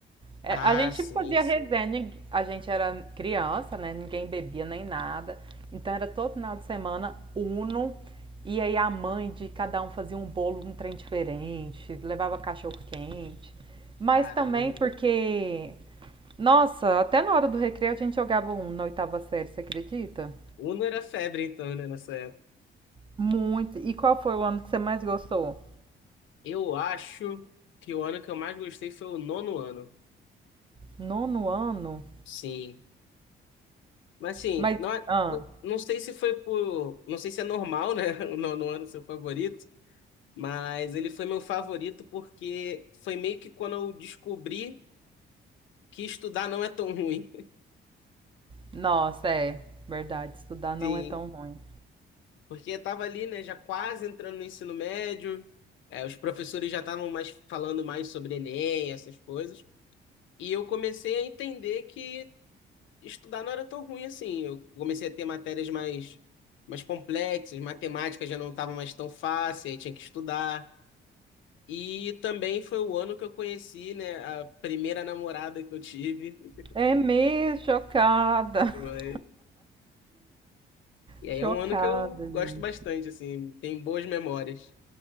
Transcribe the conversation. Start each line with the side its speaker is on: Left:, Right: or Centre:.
Right: É,
Left: Ah,
Right: a gente
Left: sim,
Right: fazia
Left: sim.
Right: resenha, ningu- a gente era criança, né? Ninguém bebia nem nada. Então era todo final de semana Uno. E aí a mãe de cada um fazia um bolo, um trem diferente, levava cachorro quente. Mas
Left: Caramba.
Right: também porque, nossa, até na hora do recreio a gente jogava Uno na oitava série, você acredita?
Left: Uno era febre então, né, nessa época.
Right: Muito. E qual foi o ano que você mais gostou?
Left: Eu acho que o ano que eu mais gostei foi o nono ano.
Right: Nono ano?
Left: Sim. Mas assim,
Right: Mas,
Left: não, é-
Right: ah,
Left: não, não sei se foi por, não sei se é normal, né, <laughs> o nono ano ser o favorito, mas ele foi meu favorito porque foi meio que quando eu descobri que estudar não é tão ruim.
Right: nossa, é verdade, estudar
Left: <laughs>
Right: não
Left: Sim,
Right: é tão ruim.
Left: porque eu tava ali, né, já quase entrando no ensino médio, é, os professores já estavam mais falando mais sobre Enem, essas coisas, e eu comecei a entender que estudar não era tão ruim assim. Eu comecei a ter matérias mais, mais complexas, matemática já não estava mais tão fácil, aí tinha que estudar. E também foi o ano que eu conheci, né, a primeira namorada que eu tive.
Right: É mesmo, chocada.
Left: Foi-
Right: <laughs>
Left: E aí
Right: Chocada,
Left: é um ano que eu gosto
Right: gente.
Left: bastante, assim, tem boas memórias.